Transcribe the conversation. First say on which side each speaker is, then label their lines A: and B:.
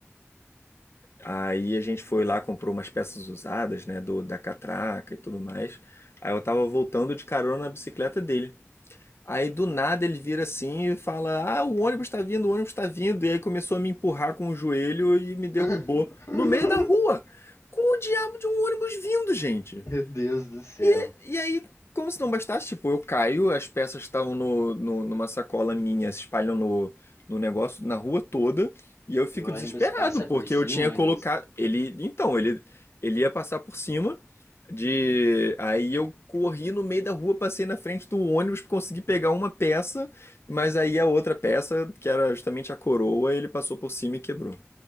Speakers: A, on the left; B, on the left.
A: Aí a gente foi lá, comprou umas peças usadas, né, do da catraca e tudo mais. Aí eu tava voltando de carona na bicicleta dele. Aí do nada ele vira assim e fala: Ah, o ônibus tá vindo, o ônibus tá vindo. E aí começou a me empurrar com o joelho e me derrubou
B: <laughs>
A: no meio da rua. Com o diabo de um ônibus vindo, gente.
B: Meu Deus do céu.
A: E, e aí, como se não bastasse, tipo, eu caio, as peças estavam no, no- numa sacola minha, se espalham no, no negócio, na rua toda, e eu fico
B: E o
A: desesperado,
B: ônibus passa
A: porque
B: por cima,
A: eu tinha
B: o ônibus.
A: colocado. Ele. Então, ele, ele ia passar por cima de. Aí eu corri no meio da rua, passei na frente do ônibus, consegui pegar uma peça, mas aí a outra peça, que era justamente a coroa, ele passou por cima e quebrou.